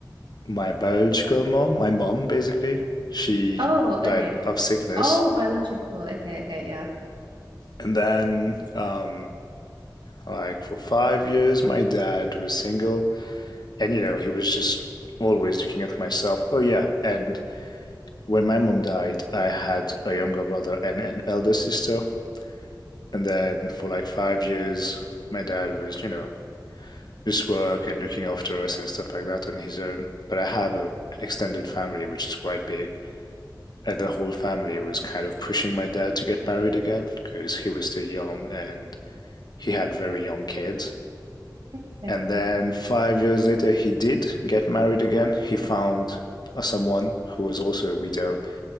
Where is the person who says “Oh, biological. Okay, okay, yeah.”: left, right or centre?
Right